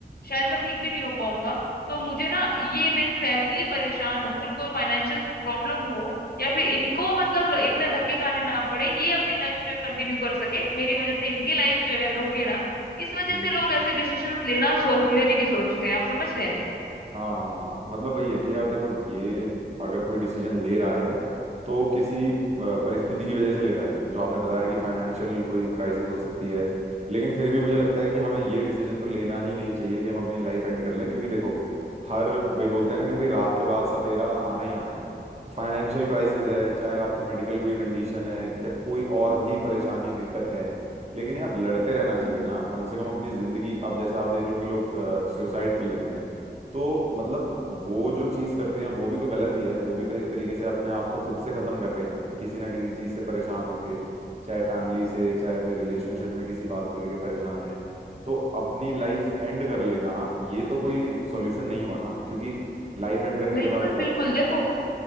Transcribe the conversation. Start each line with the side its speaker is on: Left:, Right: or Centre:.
Left: शायद मैं ठीक भी नहीं हो पाऊंगा तो मुझे ना ये मेरी फैमिली परेशान हो इनको फाइनेंशियल प्रॉब्लम हो या फिर इनको मतलब इतने धक्के खाने ना पड़े ये अपनी लाइफ जो है कंटिन्यू कर सके मेरी वजह से इनकी लाइफ जो है रुके ना इस वजह
Right: हम्म
Left: से लोग ऐसे डिसीजंस लेना सो, लेने की सोचते हैं आप समझ रहे हैं
Right: हाँ हाँ हाँ मतलब वही है कि यार देखो ये अगर कोई डिसीजन ले रहा है तो किसी अ, परिस्थिति की वजह से ले रहा है जो आपने बताया कि फाइनेंशियल कोई क्राइसिस हो सकती है लेकिन फिर भी मुझे लगता है कि हमें ये डिसीजन तो लेना ही नहीं चाहिए कि हम अपनी लाइफ एंड कर लें क्योंकि देखो हर वही बोलते हैं ना कि भाई रात के बाद सफेरा आना ही आना है तो फाइनेंशियल क्राइसिस है चाहे आपकी मेडिकल कोई कंडीशन है या कोई और भी परेशानी दिक्कत है लेकिन यार लड़ते रहना चाहिए
Left: हम्म,
Right: ना कम से कम अपनी ज़िंदगी अब जैसे आप देख लो कि लोग सुसाइड कर लेते हैं तो मतलब वो जो चीज़ करते हैं वो भी तो गलत ही है वो भी तो एक तरीके से अपने आप को खुद से ख़त्म कर रहे हैं किसी ना किसी चीज़ से परेशान होके चाहे फैमिली से चाहे अपने रिलेशनशिप में किसी बात को लेके परेशान है तो अपनी लाइफ एंड कर लेना ये तो कोई सॉल्यूशन नहीं हुआ ना क्योंकि लाइफ एंड करने
Left: बिल्कुल
Right: के बाद क्या
Left: बिल्कुल
Right: हुआ
Left: देखो